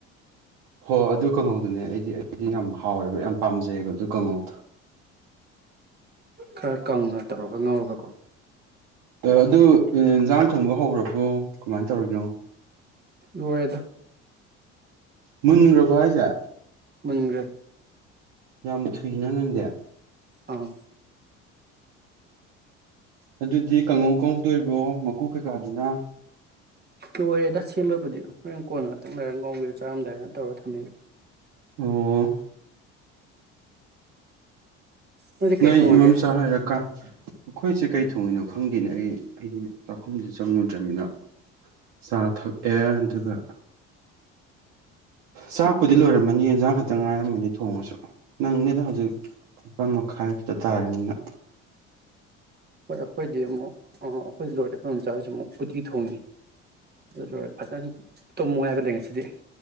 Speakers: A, on the right; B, on the right.
A: ꯍꯣ ꯑꯗꯨ ꯀꯥꯡꯉꯧꯗꯨꯅꯦ ꯑꯩꯗꯤ ꯑꯩꯗꯤ ꯌꯥꯝ ꯍꯥꯎꯋꯦꯕ ꯌꯥꯝ ꯄꯥꯝꯖꯩꯑꯦꯕ ꯑꯗꯨ ꯀꯥꯡꯍꯧꯗꯣꯥ
B: ꯈꯔ ꯀꯪꯅ ꯇꯧꯔꯒ ꯉꯧꯔꯒꯀꯣ
A: ꯑꯗꯨ ꯑꯦ ꯏꯟꯖꯥꯡ ꯊꯣꯡꯕ ꯍꯧꯔꯕꯣ ꯀꯃꯥꯏꯅ ꯇꯧꯔꯤꯅꯣ
B: ꯂꯣꯏꯔꯦꯗ
A: ꯃꯨꯟꯈ꯭ꯔꯕꯣ ꯍꯥꯏꯁꯦ
B: ꯃꯨꯟꯒ꯭ꯔꯦ
A: ꯌꯥꯝ ꯊꯨꯏꯅ ꯅꯪꯗꯤ
B: ꯑꯥ
A: ꯑꯗꯨꯗꯤ ꯀꯥꯡꯉꯧ ꯉꯧꯗꯣꯏꯕ꯭ꯔꯣ ꯃꯀꯨ ꯀꯩꯀꯥꯗꯨꯅ
B: ꯂꯣꯏꯔꯦꯗ ꯁꯦꯝꯕꯕꯨꯗꯤ ꯍꯣꯔꯦꯟ ꯀꯣꯟꯅ ꯉꯥꯛꯇꯪ ꯂꯥꯏꯔꯒ ꯉꯧꯒꯦ ꯆꯥꯔꯝꯗꯥꯏꯗ ꯇꯧꯔ ꯊꯝꯃꯦꯕ
A: ꯎꯣ
B: ꯅꯣꯏꯗꯤ ꯀꯩ
A: ꯅꯣꯏ
B: ꯊꯣꯡꯉꯒꯦ
A: ꯏꯃꯝꯆꯥ ꯍꯥꯏꯔ ꯀ ꯑꯩꯈꯣꯏꯁꯦ ꯀꯩ ꯊꯣꯡꯉꯤꯅꯣ ꯈꯪꯗꯦꯅꯦ ꯑꯩ ꯑꯩꯗꯤ ꯆꯥꯛꯈꯨꯝꯗꯤ ꯆꯪꯉꯨꯗ꯭ꯔꯃꯤꯅ ꯆꯥꯊꯛ ꯑꯦ ꯑꯗꯨꯒ ꯆꯥꯛꯄꯨꯗꯤ ꯂꯣꯏꯔꯝꯃꯅꯤ ꯌꯦꯟꯖꯥꯡ ꯈꯛꯇꯪ ꯉꯥꯏꯔꯝꯃꯅꯤ ꯊꯣꯡꯉꯁꯨ ꯅꯪꯅꯦꯗ ꯍꯧꯖꯤꯛ ꯅꯤꯄꯥꯜ ꯃꯈꯥꯏꯃꯨꯛꯇ ꯇꯥꯔꯤꯃꯤꯅ
B: ꯍꯣꯏ ꯑꯩꯈꯣꯏꯗꯤ ꯑꯃꯨꯛ ꯑꯩꯈꯣꯏ ꯂꯣꯏꯔꯦ ꯑꯩꯈꯣꯏ ꯏꯝꯆꯥꯍꯣꯢꯁꯨ ꯑꯃꯨꯛ ꯎꯇꯤ ꯊꯣꯡꯉꯤ ꯑꯗꯨ ꯂꯣꯏꯔ ꯐꯖꯅ ꯇꯨꯝꯃꯨ ꯍꯥꯏꯕ ꯂꯩ ꯉꯁꯤꯗꯤ